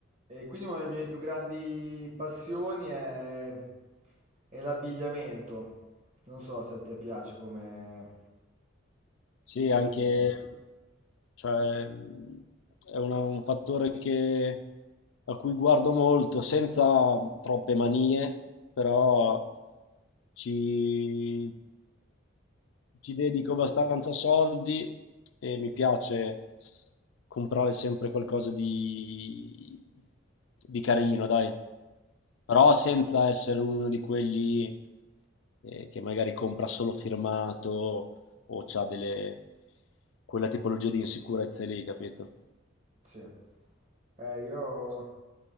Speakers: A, on the right (about 35°); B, on the left (about 65°).
A: E quindi una delle mie più grandi passioni è, è l'abbigliamento. Non so se a te piace come,
B: Sì,
A: come
B: anche,
A: mondo.
B: cioè, mh, è una- un fattore che- a cui guardo molto, senza troppe manie, però ci, ci dedico abbastanza soldi e mi piace comprare sempre qualcosa di, di carino, dai. Però senza essere uno di quelli eh, che magari compra solo firmato o c'ha delle... quella tipologia di insicurezze lì, capito?
A: Sì. Eh, io